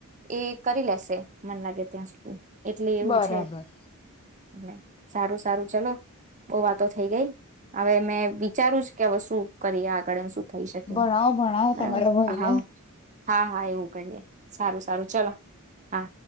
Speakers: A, on the right (about 35°); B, on the left (about 25°).
A: એ કરી લેશે મન લાગે ત્યાં સુધી. એટલે એવું
B: બરાબર
A: છે. એટ સારું સારું ચલો બઉુ વાતો થઈ ગઈ હવે મેં વિચારું કે હવે શું કરીએ આગળ એમ શું? થઈ શકે
B: ભણાવો ભણાવો તમારા
A: બરાબર
B: ભય
A: હા
B: ને
A: હા હા એવું કરીએ. સારું સારું ચાલ. હા.